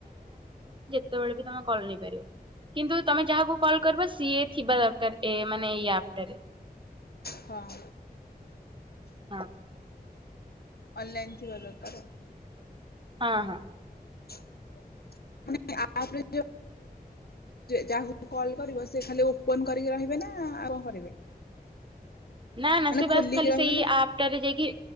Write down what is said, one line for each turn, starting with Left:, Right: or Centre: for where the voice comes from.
Right: ସେତେବେଳେ ବି ତମେ କଲ୍ ନେଇପାରିବ କିନ୍ତୁ ତମେ ଯାହାକୁ କଲ୍ କରିବ ସିଏ ଥିବା ଦର କର ଏ ମାନେ ଇଏ ଆପଟାରେ।
Left: ହଁ।
Right: ହଁ।
Left: ଅନ୍ଲାଇନ ଥିବା ଦରକାର।
Right: ହଁ ହଁ।
Left: <unintelligible> <unintelligible> ଯାହାକୁ ତମେ କଲ କରିବ ସେ ଖାଲି ଓପନ କରିକି ରହିବେ ନା ଆଉ କଣ କରିବେ?
Right: ନା ନା
Left: ମାନେ
Right: ସେ ବାସ
Left: ଖୋଲିକି
Right: ଖାଲି
Left: ରହିବେ
Right: ସେଇ
Left: ନା
Right: ଆପଟାରେ ଯାଇକି